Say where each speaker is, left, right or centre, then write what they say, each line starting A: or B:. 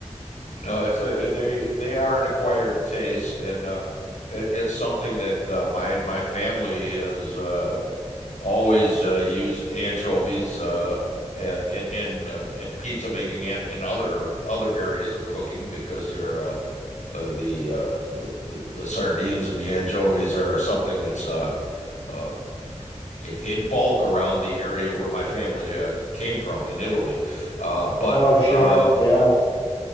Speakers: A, on the left; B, on the left.
A: No, it's a they they are an acquired taste, and uh, it, it's something that uh, my my family has uh, always uh, used anchovies uh, i- in uh, in pizza making and in other other areas of cooking because they're uh, uh, the, uh, the the the sardines and the anchovies are something that's uh, uh, in bulk around the area where my family uh, came from in Italy. Uh, but
B: Oh, sure.
A: um,
B: Yeah.